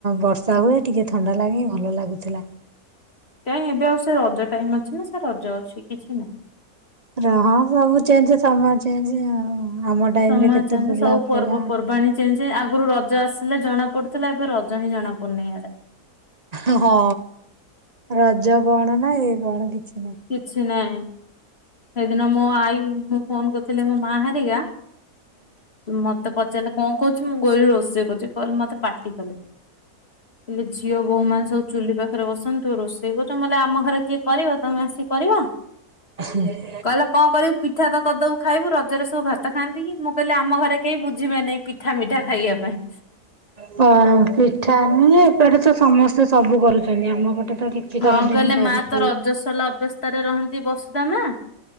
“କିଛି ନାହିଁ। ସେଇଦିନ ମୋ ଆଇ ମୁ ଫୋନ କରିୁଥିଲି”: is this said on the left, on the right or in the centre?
Left